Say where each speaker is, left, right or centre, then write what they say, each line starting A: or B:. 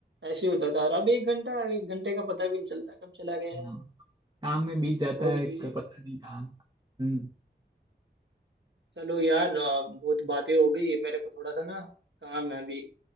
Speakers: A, on the right; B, on the right.
A: ऐसे होता था और अब एक घंटा एक घंटे का पता भी नहीं चलता कब चला गया
B: हाँ
A: है
B: काम में बीत जाता
A: बहुत
B: है क-
A: बिजी
B: पता नहीं काम हम्म
A: चलो यार अ, बहुत बातें हो गई मेरे को थोड़ा सा ना काम है अभी